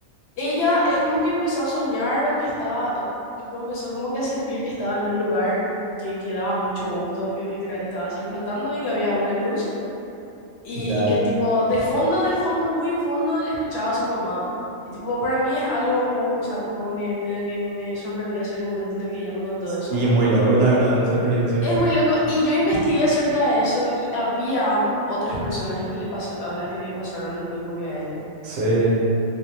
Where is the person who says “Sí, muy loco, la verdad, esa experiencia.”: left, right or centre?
Right